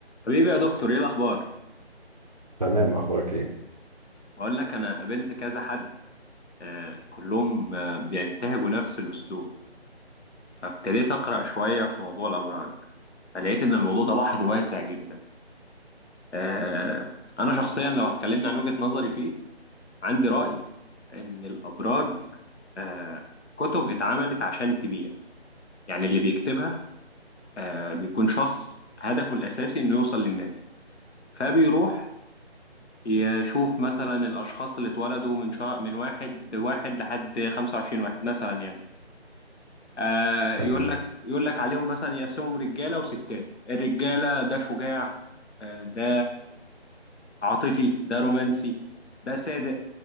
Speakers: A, on the left; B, on the right.
A: حبيبي يا دكتور ايه الاخبار
B: تمام اخبارك ايه
A: بقول لك انا قابلت كذا حد آه كلهم آه بينتهجوا نفس الاسلوب فابتديت اقرا شويه في موضوع الابراج فلقيت ان الموضوع ده بحر واسع جدا آه انا شخصيا لو اتكلمنا عن وجهه نظري فيه عندي راي ان الابراج آه كتب اتعملت عشان تبيع يعني اللي بيكتبها آه بيكون شخص هدفه الاساسي انه يوصل للناس فبيروح يشوف مثلا الأشخاص اللي اتولدوا من شهر من واحد واحد لحد 25 واحد مثلا يعني آه يقول
B: تمام
A: لك يقول لك عليهم مثلا يقسمهم رجالة وستات الرجالة ده شجاع آه ده عاطفي ده رومانسي ده صادق